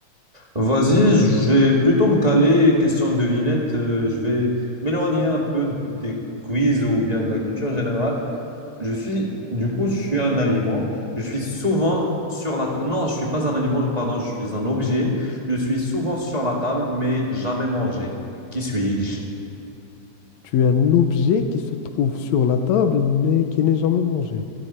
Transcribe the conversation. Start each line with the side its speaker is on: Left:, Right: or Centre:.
Right: Vas-y, je vais plutôt me caler, question de devinette. euh, je vais m'éloigner un peu des quiz ou bien de la culture générale. Je suis, du coup, je suis un aliment. Je suis souvent sur la... Non, je suis pas un aliment, pardon, je suis un objet. Je suis souvent sur la table, mais jamais mangé. Qui suis-je?
Left: Tu es un objet qui se trouve sur la table, mais qui n'est jamais mangé.